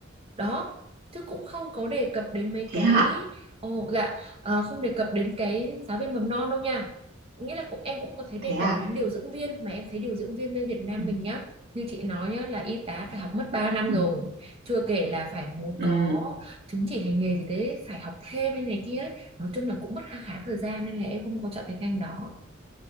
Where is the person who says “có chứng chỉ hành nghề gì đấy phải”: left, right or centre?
Right